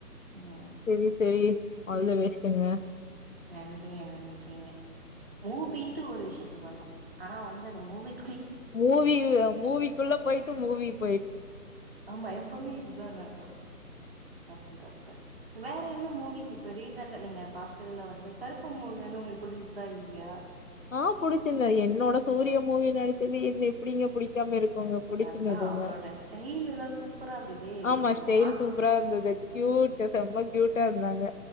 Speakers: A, on the right; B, on the left.
A: ம்
B: செரி சேரி அதுல வேஸ்ட்டுங்க
A: நன்றிக நன்றிங்க மூப்பின்ட்டு ஒரு விஷயத்துக்கு வந்தோ ஆனா வந்து அந்த மூவிங்
B: மூவி மூவி குள்ள போயி ட்டு மூவிப்
A: ஆமா எப்பவுமே இதுதா நடக்கு என்னா பண்றது வேற என்ன மூவிஸ் இப்ப ரீசண்டா நீங்க பாத்ததுல வந்து கருப்பு மூவி வந்து உங்களுக் புடிச்சிதா இல்லையா
B: ஆ புடிச்சிருந்து என்னோட சூரிய மூவி நடிச்சது என்ன எப்டிங்க புடிக்காம இருக் ங்க புடிச்சுதுங்க
A: அதா அவரோட ஸ்டைல் எல்லா சூப்பரா இருந்ததே
B: ஆமா ஸ்டைல்
A: மாசு
B: சூப்பரா இருந்துது கியூட் செம கியூட்டா இருந்தாங்க